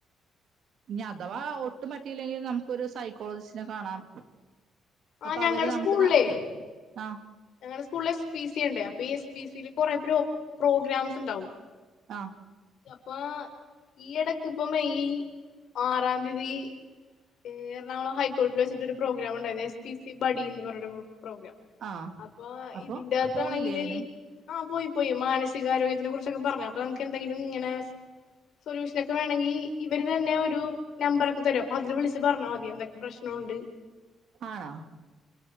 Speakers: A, on the right; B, on the left.
A: ഇനി അഥവാ ഒട്ടും പറ്റിയില്ലെങ്കിൽ നമുക്കരു സൈക്കോളജിസ്റ്റിനെ കാണാം.
B: ആ
A: അപ്പൊ
B: ഞങ്ങളടെ
A: അവര് നമുക്ക്
B: സ്കൂളിലേ
A: ന
B: എ
A: ആ
B: ഞങ്ങളെ സ്കൂളിൽ എ പി സി ഉണ്ട് അപ്പൊ ഈ എ പി സില് കൊറെ പ്ര പ്രോഗ്രാംസ്ണ്ടാവും
A: ആ
B: അപ്പൊ ഈ ഇടക്ക് ഇപ്പൊ മെയ് ആറാം തീയതി എറണാകുളം ഹൈക്കോർട്ടിൽ വെച്ചിട്ട ഒരു പ്രോഗ്രാം ഉണ്ടായിരുന്നു എസ് പി സി ബഡി എന്ന് റഞ്ഞൊ പ്രോഗ്രാം
A: ആ
B: അപ്പൊ
A: അപ്പൊ
B: ഇതിന്റെ അത്താണെങ്കില്
A: പോയില്ലേ അതിന്
B: ആ പോയി. പോയി മാനസികാരോഗ്യത്തിനൊക്കെ കുറിച്ചൊക്കെ പറഞ്ഞു അപ്പൊ നമുക്ക് എന്തെങ്കിലും ഇങ്ങനെ സൊല്യൂഷനക്കെ വേണങ്കി ഇവര് തന്നെ ഒരു നമ്പറൊ ക്ക് തരും അതില് വിളിച്ച് പറഞ്ഞാൽ മതി എന്തൊക്കെ പ്രശ്നണ്ട്
A: ആണോ